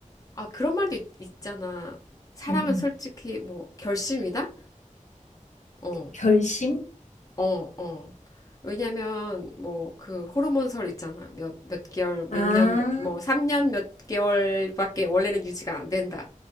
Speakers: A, on the left; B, on the left.
A: 아, 그런 말도 있, 있잖아. 사랑은
B: 응, 응.
A: 솔직히, 뭐, 결심이다? 어,
B: 결심?
A: 어, 어. 왜냐면, 뭐, 그, 호르몬설 있잖아. 몇, 몇 개월, 몇
B: 아,
A: 년, 몇- 뭐, 3년 몇 개월밖에 원래는 유지가 안 된다.